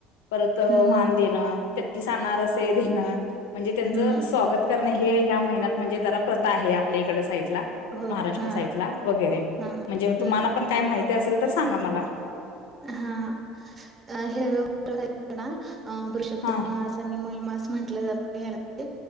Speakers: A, on the left (about 80°); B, on the right (about 35°).
A: परत वाण
B: हम्म
A: देणं. तत्तीस अनारसे देणं. म्हणजे त्यांचं
B: हम्म
A: स्वागत करणे हि हे ह्या महिन्यात म्हणजे जरा प्रथ ता आहे आपल्या इकडे साईड ला
B: हो
A: महाराष्ट्र
B: हा
A: साईडला वगैरे,
B: हा हम्म
A: म्हणजे तुम्हाला पण काय माहित ते असेल तर सांगा मला.
B: हा, अ <inaudible> हे अ पुरुषोत्तम
A: हा
B: मास आणि महीमास म्हंटलं जाते